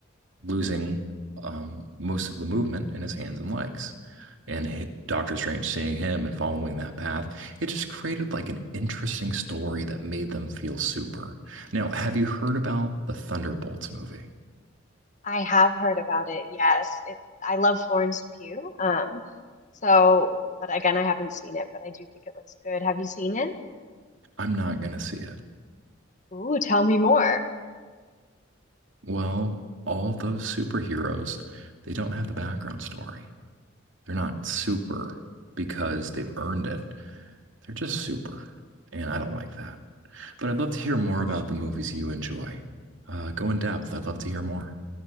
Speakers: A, on the right; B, on the left.
A: losing um, most of the movement in his hands and legs. And Doctor Strange seeing him and following that path, it just created like an interesting story that made them feel super. Now, have you heard about the Thunderbolts movie?
B: I have heard about it. Yes, it, I love Florence Pugh. Um, so, but again, I haven't seen it, but I do think it looks good. Have you seen it?
A: I'm not going to see it.
B: Ooh, tell me more.
A: Well, all those superheroes, they don't have the background story. They're not super because they've earned it. They're just super, and I don't like that. But I'd love to hear more about the movies you enjoy. Uh, go in depth. I'd love to hear more.